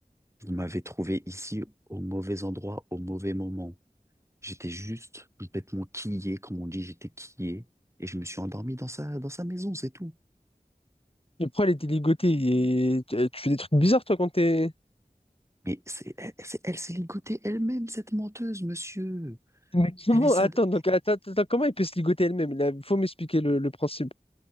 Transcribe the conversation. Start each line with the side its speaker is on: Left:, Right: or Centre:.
Right: vous m'avez trouvé ici au mauvais endroit, au mauvais moment. J'étais juste complètement quillé, comme on dit, j'étais quillé, et je me suis endormi dans sa, dans sa maison, c'est tout.
Left: Et pourquoi elle était ligotée? Et tu tu fais des trucs bizarres toi quand t'es.
Right: Mais c'est, elle, c'est- elle s'est ligotée elle-même, cette menteuse, monsieur.
Left: <laughs> Mais comment?
Right: Elle est sad.
Left: Attends, donc, attends, attends, attends, comment elle peut se ligoter elle-même? Là, faut m'expliquer le, le principe.